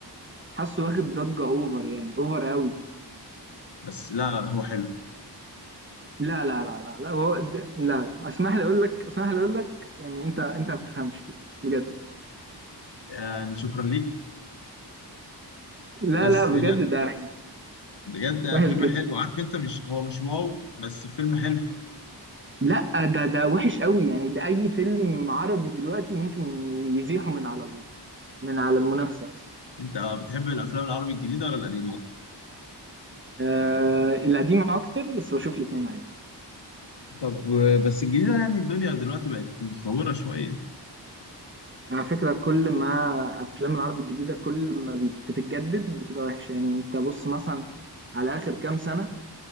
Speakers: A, on the right; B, on the left.
A: حاسه واخد ضجة أوفر يعني أوفر قوي
B: بس لا لا هو حلو
A: لا لا لا لا لا هو ده- لا لا اسمح لي أقول لك اسمح لي أقول لك يعني أنت أنت ما بتفهمش كده بجد
B: يعني شكرا ليك
A: لا
B: بس
A: لا بجد
B: لا
A: ده
B: بجد
A: وحش
B: فيلم
A: جدا
B: حلو عارف انت مش هو مش واو بس فيلم حلو
A: لا ده ده وحش قوي يعني ده اي فيلم عربي دلوقتي ممكن يزيحوا من على ال- من على المنافسه اصلا
B: انت بتحب الافلام العربي الجديده ولا القديمه اكتر
A: آه القديم اكتر بس بشوف الاثنين عادي
B: طب آه، بس الجديده يعني الدنيا دلوقتي بقت متطوره شويه
A: على فكره كل ما افلام العربي الجديده كل ما بت- بتتجدد بتبقى وحشه يعني انت بص مثلا على اخر كام سنه